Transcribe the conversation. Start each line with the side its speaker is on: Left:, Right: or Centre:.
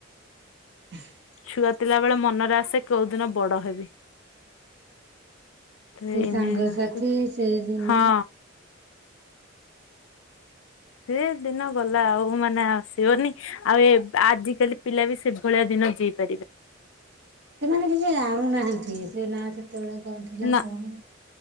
Right: ହ
Left: ଛୁଆ ଥିଲାବେଳେ ମନରେ ଆସେ କୋଉ ଦିନ ବଡ ହେବି। ଏଇନେ
Right: ସାଙ୍ଗସାଥି
Left: ଆସୁ
Right: ସେଦିନ
Left: ହଁ। ସେ ଦିନ ଗଲା ଆଉ ମାନେ ଆସିବନି। ଆଉ ଏ ଆଜିକାଲି ପିଲା ବି ସେଭଳିଆ ଦିନ ଯିପାରିବେ।
Right: ସେମାନେ କିଛି ଜାଣୁନାହାନ୍ତି ସେ ନା ସେତେବେଳେ କଣ ଥିଲା
Left: ନା
Right: କଣ